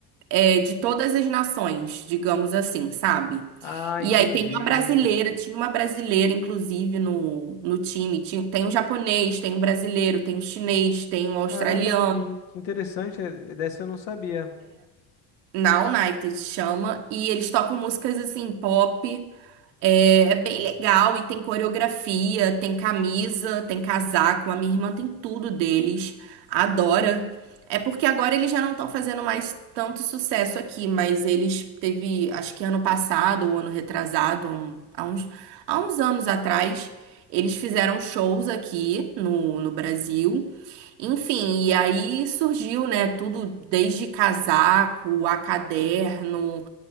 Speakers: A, on the right (about 85°); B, on the left (about 80°).
A: é, de todas as nações, digamos assim, sabe?
B: Ah,
A: E
B: entendi.
A: aí tem uma brasileira, tinha uma brasileira, inclusive, no, no time. Tinha, tem um japonês, tem um brasileiro, tem um chinês, tem um australiano.
B: Caramba, que, que interessante, eh, dessa eu não sabia.
A: Na United chama. E eles tocam músicas assim, pop. É, é bem legal e tem coreografia, tem camisa, tem casaco. A minha irmã tem tudo deles. Adora. É porque agora eles já não estão fazendo mais tanto sucesso aqui, mas eles teve, acho que ano passado ou ano retrasado, há um- há uns, há uns anos atrás, eles fizeram shows aqui no, no Brasil. Enfim, e aí surgiu, né, tudo desde casaco a caderno